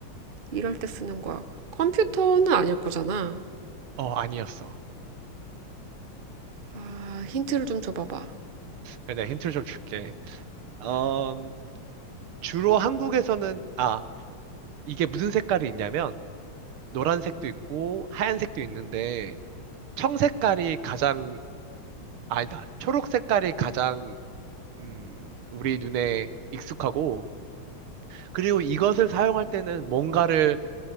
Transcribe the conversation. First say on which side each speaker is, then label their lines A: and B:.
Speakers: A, on the right; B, on the right.
A: 일할 때 쓰는 거야. 컴퓨터는 아닐 거잖아.
B: 어, 아니었어.
A: 아, 힌트를 좀 줘봐봐.
B: 그래, 내가 힌트를 좀 줄게. 어, 주로 한국에서는 아, 이게 무슨 색깔이 있냐면 노란색도 있고 하얀색도 있는데 청색깔이 가장 아니다. 초록 색깔이 가장 음, 우리 눈에 익숙하고, 그리고 이것을 사용할 때는 뭔가를